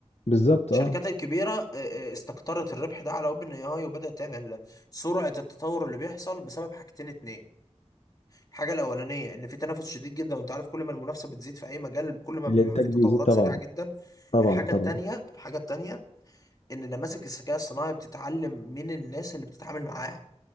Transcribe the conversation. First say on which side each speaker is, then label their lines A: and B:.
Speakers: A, on the left; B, on the left.
A: بالظبط
B: الشركات
A: اه
B: الكبيره آه، آه، استقطرت الربح ده على اوبن اي اي وبدات تعمل سرعه التطور اللي بيحصل بسبب حاجتين اتنين الحاجه الاولانيه ان في تنافس شديد جدا وانت عارف كل ما المنافسه بتزيد في اي مجال كل ما
A: الانتاج
B: بيبقى في تطورات
A: بيزيد طبعا
B: سريعه جدا
A: طبعا
B: الحاجه
A: طبعا
B: التانيه الحاجه التانيه ان نماذج الذكاء الصناعي بتتعلم من الناس اللي بتتعامل معاها